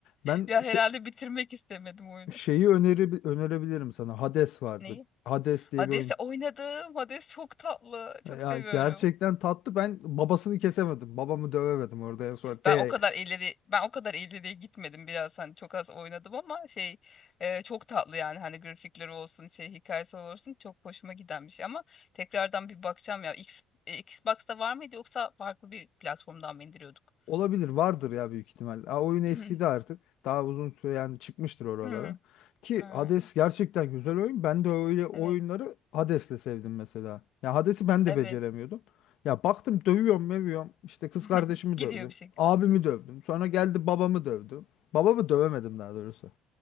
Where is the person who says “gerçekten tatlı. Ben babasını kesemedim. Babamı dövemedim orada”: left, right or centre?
Left